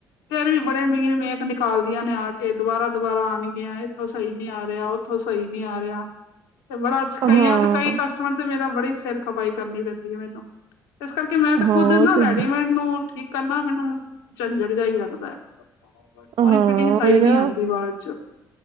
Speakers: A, on the left; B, on the right.
A: ਫੇਰ ਵੀ ਬੜੇ ਅਮੀਰ ਨੇ। ਨਿਕਾਲਦੀਆ ਨੇ ਆ ਕੇ, ਦੁਬਾਰਾ-ਦੁਬਾਰਾ ਆਣਗੀਆਂ, ਇੱਥੋਂ ਸਹੀ ਨੀ ਆ ਰਿਹਾ ਉੱਥੋਂ ਸਈ ਨੀ ਆ ਰਿਹਾ, ਤੇ ਬੜਾ
B: ਹਾਂ-ਹਾਂ
A: ਕਈਆਂ ਤੇ ਕਈ ਕਸਟ ਕਸਟਮਰ ਤੇ ਮੇਰਾ ਬੜੀ ਸਿਰ ਖਪਾਈ ਕਰਨੀ ਪੈਂਦੀ ਐ ਮੈਨੂੰ, ਇਸ ਕਰਕੇ ਮੈਂ
B: ਉਹ
A: ਤਾਂ ਖੁਦ ਨਾ
B: ਤੇ
A: ਰੈਡੀਮੇਡ
B: ਹੈ।
A: ਨੂੰ ਠੀਕ ਕਰਨਾ, ਮੈਨੂੰ ਝੰਝੜ ਜਾ ਹੀ ਲੱਗਦਾ।
B: ਹਾਂ
A: ਉਹਦੀ ਫਿਟਿੰਗ ਸਹੀ
B: ਉਹੀ ਨਾ
A: ਨੀ ਆਂਦੀ ਬਾਅਦ ਚ।